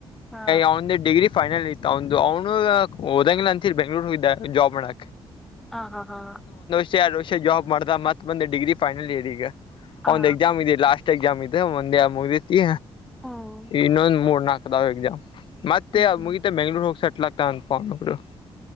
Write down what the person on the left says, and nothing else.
ಅವಂದ ಡಿಗ್ರಿ ಫೈನಲ್ ಐತ್ತು ಅವಂದು ಅವ್ನು ಹೋದಂಗಿಲ್ಲ ಅಂತೀರಿ ಬೆಂಗ್ಳೂರು ಹೋಗ್ದೆ ಜಾಬ್ ನೋ
ಚಾರ ಎರಡ್ ವರ್ಷ ಜಾಬ್ ಮಾಡ್ದ ಮತ್ತ ಬಂದೆ ಡಿಗ್ರಿ ಫೈನಲ್ ಇಯರ್ ಈಗ.
ಅವನ್ದು ಎಕ್ಸಾಮ್ ಇದೆ, ಲಾಸ್ಟ ಎಕ್ಸಾಮ್ ಇದೆ, ಒಂದ್ ಯಾವ್ ಮುಗತಿಥಿ
ಇನೊಂದು ಮೂರ್ ನಾಲ್ಕ್ <unintelligible> ಮತ್ತೆ
ಮುಗಿತ ಬೆಂಗ್ಳೂರ್ ಹೋಗಿ ಸೆಟ್ಲ್ ಆಗ್ತ ಅನ್ಪೊಂಡೊಬ್ರು.